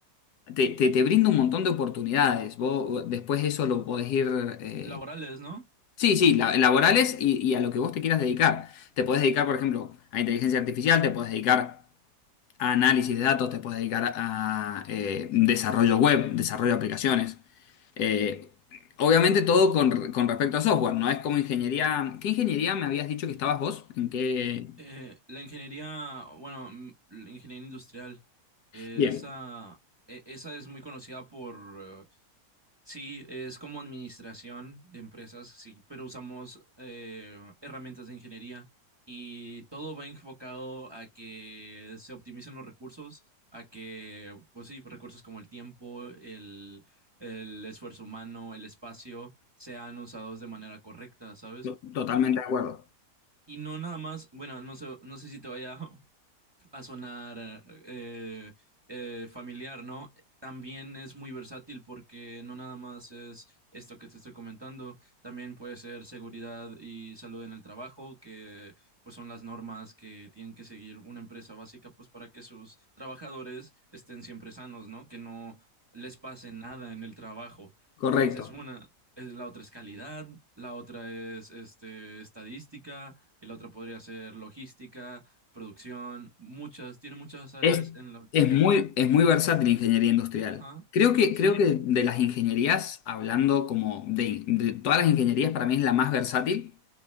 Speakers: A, on the left; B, on the right.
A: te, te, te brinda un montón de oportunidades. Vos vos después eso lo podés ir, eh,
B: laborales, ¿no?
A: sí, sí, la- laborales y, y a lo que vos te quieras dedicar. Te podés dedicar, por ejemplo, a inteligencia artificial, te podés dedicar a análisis de datos, te podés dedicar a eh, desarrollo web, desarrollo de aplicaciones. Eh, Obviamente todo con, con respecto a software, ¿no? Es como ingeniería. ¿Qué ingeniería me habías dicho que estabas vos? ¿En qué?
B: Eh, la ingeniería, bueno, mm, la ingeniería industrial, eh,
A: Bien,
B: esa, e- esa es muy conocida por, eh, sí, es como administración de empresas, sí, pero usamos eh, herramientas de ingeniería y todo va enfocado a que se optimicen los recursos, a que, pues sí, recursos como el tiempo, el, el esfuerzo humano, el espacio, sean usados de manera correcta, ¿sabes?
A: to- totalmente de acuerdo.
B: Y no nada más, bueno, no sé, no sé si te vaya va a sonar eh, eh, familiar, ¿no? También es muy versátil porque no nada más es esto que te estoy comentando, también puede ser seguridad y salud en el trabajo, que pues son las normas que tienen que seguir una empresa básica pues para que sus trabajadores estén siempre sanos, ¿no? Que no les pase nada en el trabajo.
A: Correcto.
B: Esa es una. Es, la otra es calidad, la otra es este, estadística, y la otra podría ser logística producción, muchas, tiene muchas áreas
A: Es,
B: en las
A: es
B: que,
A: muy, es muy versátil la ingeniería industrial.
B: ajá,
A: Creo que,
B: sí,
A: creo que de las ingenierías, hablando como de, de todas las ingenierías, para mí es la más versátil.